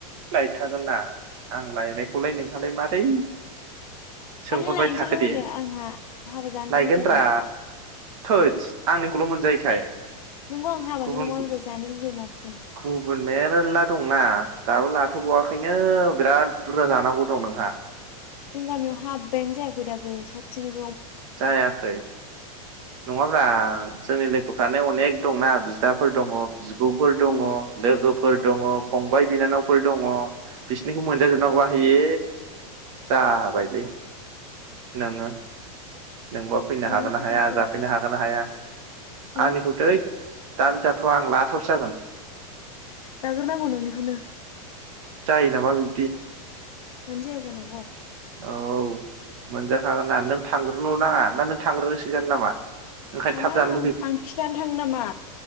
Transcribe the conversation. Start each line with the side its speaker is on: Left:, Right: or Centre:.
Right: लायथागोन ना आं लायनायखौलाय नोंहालाय मारै
Left: खालि
Right: सोंहरबाय
Left: लायनोसैल'
Right: थाखो
Left: होनो
Right: दे
Left: आंहा हाबा जानो
Right: लायगोनद्रा
Left: लुुबैथारबाय
Right: थोत आंनि। खौल' मोनजायैखाय।
Left: नोंगौ आं हाबानि
Right: गुबुन
Left: अमा बेदर जानो लुगैमार
Right: गुबुन मेरला दंना दाबो ला जाथबावआखैनो बिराद बुरजा जानांगौ दं नोंहा।
Left: जों गामियाव हाब्बायानो जायाखै दाबो सासेनिबो
Right: जायाखै नङाब्ला जोंनि लोगो दफ्रानो अनेक दंना बिदाफोर दङ। बिब'फोर दङ
Left: उम
Right: लोगोफोर फोर दङ फंबाय बिनानावफोर दङ बिसिनिखौ मोनजाजोबनांगौआ ए। जाबायलै नोङो। नोंब फैनो
Left: नोंनिखौ
Right: हागोन ना हाया
Left: जाग्रोनोसै
Right: जाफैनो हागोन ना हाया
Left: हो
Right: आंनिखौ थै दानो जाथवा आं लासवावसो जागोन।
Left: जाग्रोनांगौ नोंनिखौनो।
Right: जायो नामा बिबदि।
Left: मानो जाया जानांग।
Right: औ मोनजाखागोन ना नों थांग्रोल' नाङा ना नों थांग्रोनोसिगोन नामा? ओंखायनो
Left: थाङा
Right: थाब जानो
Left: आं आं खिथानो थाङो नामा।